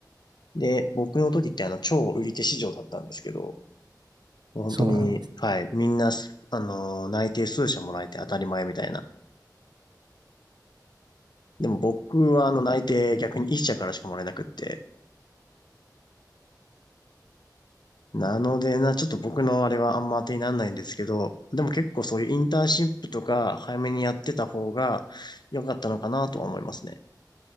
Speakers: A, on the left (about 75°); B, on the right (about 75°).
A: で、僕の時ってあの、超売り手市場だったんですけど、もう本当に、
B: そうなんです。
A: はい、みんな、あの、内定数社もらえて当たり前みたいな。でも僕はあの、内定逆に1社からしかもらえなくって、なのでな、ちょっと僕のあれはあんま当てにならないんですけど、でも結構そういうインターンシップとか早めにやってた方が良かったのかなとは思いますね。